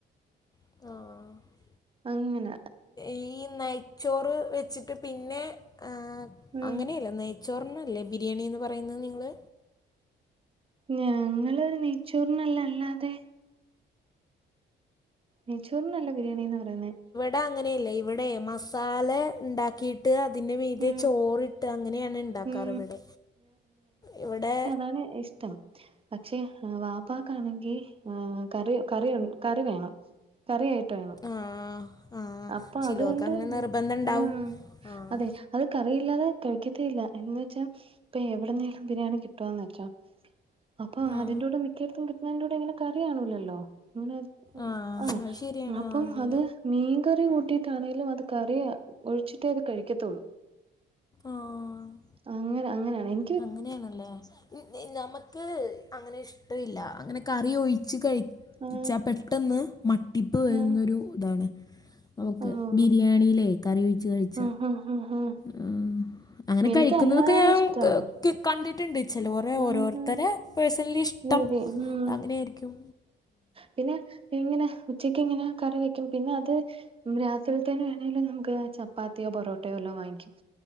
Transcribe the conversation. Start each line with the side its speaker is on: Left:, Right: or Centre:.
Left: ആഹ്.
Right: അങ്ങന.
Left: ഈ നെയ്ച്ചോറ് വെച്ച് ട്ട് പിന്നെ ആഹ്
Right: ഉം
Left: അങ്ങനെയല്ലേ നെയ്ച്ചോറിനല്ലേ ബിരിയാണി ന്ന് പറയുന്ന നിങ്ങള്.
Right: ഞങ്ങള് നെയ്ച്ചൂറിനല്ല അല്ലാതെ. നെയ്ച്ചോറിനല്ല ബിരിയാണി ന്ന് പറയുന്നെ.
Left: ടാ ങ്ങനെയല്ല ഇവ്ടെ മസാല ഇണ്ടാക്കി ട്ട് അതിന്റെ മീതെ
Right: ഉം
Left: ചോറ്ട്ട് അങ്ങനെയാണ് ണ്ടാക്കാറ്
Right: ഉം
Left: ഇവടെ. ഇവടെ
Right: താണ് ഇഷ്ടം. പക്ഷേ എഹ് വാപ്പാക്കാണെങ്കി എഹ് കറി കറിൻ കറി വേണം. കറിയായിട്ട് വേണം.
Left: ആഹ് ആഹ്
Right: അപ്പൊ
Left: ചിലോർക്കങ്ങനെ
Right: അതുകൊണ്ട്
Left: നിർബന്ധണ്ടാവും.
Right: ആഹ്
Left: ആഹ്
Right: അതെ അത് കറിയില്ലാതെ കഴിക്കത്തെ ഇല്ല. എന്ന് വച്ചാ ഇപ്പം എവ്ട്ന്നേലും ബിരിയാണി കിട്ടോന്ന് വെച്ചോ. അപ്പൊ
Left: ആ
Right: അതിൻ്റൂടെ മിക്കയിടത്തും കിട്ടണേന്റെ കൂടെ ങ്ങനെ കറി കാണൂല്ലല്ലോ. ഇങ്ങനെ
Left: ആ
Right: ആഹ്
Left: അത് ശരിയാണ്
Right: അപ്പം
Left: ആ അല്ല
Right: അത് മീൻ കറി കൂട്ടിയിട്ടാന്നേലും അത് കറി ഒഴിച്ചിട്ടേ അത് കഴിക്കത്തൊള്ളൂ.
Left: ആ
Right: അങ്ങനെ അങ്ങനെയാണേം
Left: അങ്ങനെയാണല്ലേ. ഇ ഞി ഞമ്മ ക്ക് അങ്ങനെ ഇഷ്ടൊയില്ല. അങ്ങനെ കറി ഒഴിച്ച് കഴിച്ചാ
Right: ആഹ്
Left: പെട്ടെന്ന് മ ട്ടിപ്പ് വെര്ന്നൊരു
Right: ആഹ്
Left: താണ്. നമുക്ക്
Right: ആഹ്
Left: ബിരിയാണിയിലേ കറി ഒഴിച്ച് കഴിച്ചാ.
Right: ആഹ് ആഹ് ആഹ് ആഹ്
Left: ആഹ് അങ്ങനെ
Right: എനിക്കല്ലാതാണ്
Left: കഴിക്കുന്നതൊക്കെ ഞാൻ
Right: ഇഷ്ടം
Left: ക്ക് ക്ക് കണ്ടിട്ട്ണ്ട്. ചിലോരെ
Right: ഉം
Left: ഓരോരുത്തരെ
Right: ഉം
Left: പേഴ്സൺലിഷ്ടം
Right: രീതി ഉം
Left: അങ്ങനെയിരിക്കും.
Right: പിന്നെ ഇങ്ങനെ ഉച്ചക്കിങ്ങനെ കറി വെക്കും. പിന്നെ അത് രാത്രിയേത്തേന് വേണേലും നമുക്ക് ചപ്പാത്ത്യോ പൊറോട്ടയോ വല്ലോം വാങ്ങിക്കും.